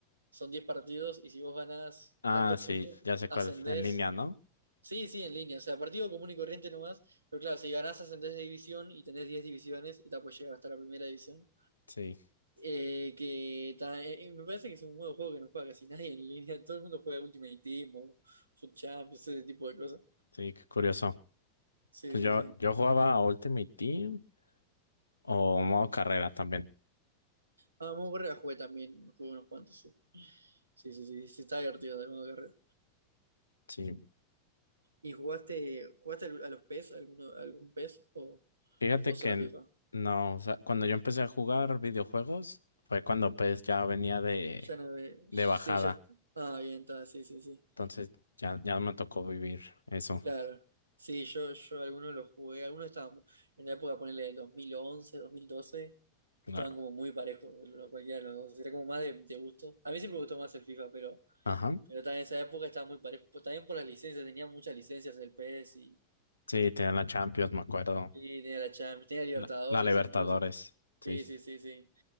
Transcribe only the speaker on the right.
son 10 partidos, y si vos ganás
tantos
puntos,
ascendés
Sí, sí, en línea. O sea, partido común y corriente nomás. Pero claro, si ganás ascendés de división y tenés 10 divisiones y te puedes llegar hasta la primera división.
Eh, que ta- eh, eh, me parece que es un nuevo juego que no juega casi <laughs> nadie en línea. Todo el mundo juega Ultimate Team o Foot Champions, ese tipo de cosas.
Sí,
sí,
sí.
Ah, Modo Carrera jugué también. Jugué unos cuantos, sí. Sí, sí, sí. sí, está divertido el modo carrera.
¿Y jugaste, jugaste al- a los PES? ¿Alguno, algún PES? ¿O,
o solo
FIFA?
Ya no ve-
Sí,
ya. Ah, bien, está. Sí, sí, sí.
Claro, sí, yo, yo algunos los jugué, algunos estaban mu- en la época, ponerle del dos dos mil once dos mil doce estaban
como muy parejos, lo- cualquiera de los dos, era como más de, de gusto. A mí siempre me gustó más el FIFA, pero,
pero también en esa época estaba muy parejo, po- también por las licencias, tenía muchas licencias el PS y,
y sí, tenía la Champions, tenía Libertadores
incluso.
Sí, sí, sí, sí,